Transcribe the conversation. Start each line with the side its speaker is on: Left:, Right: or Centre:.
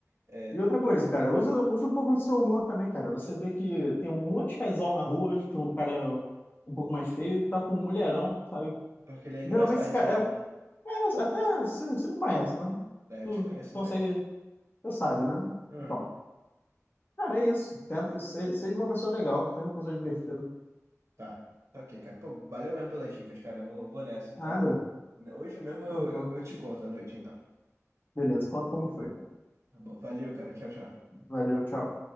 Right: É,
Left: E outra coisa, cara, usa, usa um pouco do seu humor também, cara. Você vê que tem um monte de casal na rua, que o cara é um pouco mais feio e tá com um mulherão, sabe?
Right: porque ele é engraçadinho,
Left: Geralmente esse cara é,
Right: né?
Left: é- até você você me conhece, né?
Right: É,
Left: Tu
Right: eu te conheço
Left: consegue
Right: bem.
Left: Você sabe, né?
Right: Uhum.
Left: Então, cara, é isso. Tenta, se- seja uma pessoa legal, seja uma pessoa divertida.
Right: Tá, tá ok, cara. Pô, valeu mesmo pelas dicas, cara. Eu Vou, vou nessa então.
Left: Nada.
Right: Hoje mesmo eu,
Left: Tranquilo.
Right: eu, eu te conto à noite, então.
Left: Beleza, conta como foi, cara.
Right: Tá bom, valeu, cara. Tchau, tchau.
Left: Valeu, tchau.